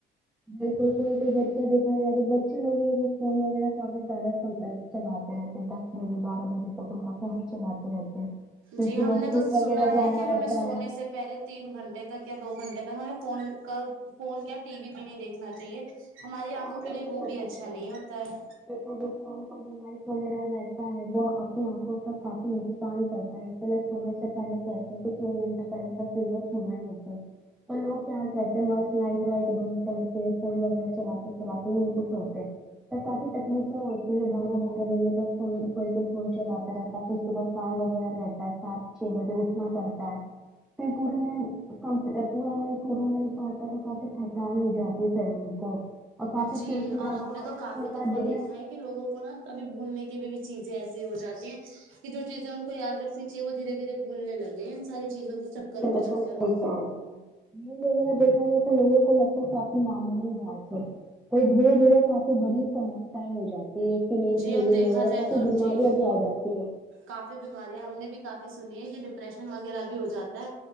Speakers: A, in the centre; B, on the right (about 85°).
A: بالکل کوئی کو بچے دیکھا جائے تو بچے لگ فون وغیرہ کافی زیاہ سنتا ہے چلاتے رہتے ہیں دس بجے بارہ بجے تک ان کا فون ہی چلاتے رہتے ہیں پھر
B: جی
A: صبح
B: ہم
A: اسکول
B: نے تو سنا
A: وغیرہ جانا
B: ہے کہ ہمیں
A: رہتا
B: سونے
A: ہے
B: سے پہلے تین گھنٹے تک یا دو گھنٹے تک ہمیں فون کا فون یا ٹی وی بھی نہیں دیکھنا چاہیے ہماری
A: ہمارے
B: آنکھوں کے لیے
A: یہ
B: وہ
A: کرنا
B: بھی اچھا
A: چاہیے
B: نہیں ہوتا ہے
A: فون کا جو لائٹ وغیرہ رہتا ہے وہ اپنی آنکھوں کا کافی ان کرتا ہے اسی لیے سونے سے پہلے کہتے ہے کہ تین گھنٹہ پہلے فون چھینا نہیں چاہیے اور لوگ کیا کرتے ہیں مس لائٹ وائٹ بن کر فون وغیرہ چلاتے <unintelligible> تو کافی تکلیفیں ہوتی ہے بارہ بارہ بجے تک فون فون سے فون چلاتا رہتا ہے پھر اس کے بعد کام وغیرہ رہتا ہے سات چھ بجے اٹھنا پڑتا ہے پھر پورے دن کم پورا نہیں پورا نہیں پاتا تو کافی تھکان ہو جاتی شریر کو اور کافی
B: جی
A: چڑچڑا
B: اور ہم
A: بھی
B: نے
A: ہوتا
B: تو کافی
A: ہے پورا
B: دفعہ
A: دن
B: دیکھا ہے لوگوں کو نا ابھی بھولنے کی بھی بھی چیزیں ایسی ہو جاتی ہیں کہ جو چیزیں ان کو یاد رکھنی چاہیے وہ دھیرے دھیرے بولنے لگے ہے ان ساری چیزوں کے چکروں
A: جی
B: کے
A: بالکل
B: چکر
A: صحیح
B: میں
A: کہہ رہی ہے میل وغیرہ دیکھا جائے تو لوگوں کو لگتا ہے کافی معمولی بات ہے یہ دھیرے دھیرے کافی بڑی سماسیا ہو جاتی ہے کی نیند
B: جی
A: پوری
B: اب دیکھا
A: نہیں ہو جاتی
B: جائے
A: کافی
B: تو
A: بیماریاں
B: جی
A: بھی آ جاتی ہے
B: کافی بیماریاں ہم نے بھی کافی سنی ہے کہ ڈپریشن وغیرہ بھی ہو جاتا ہے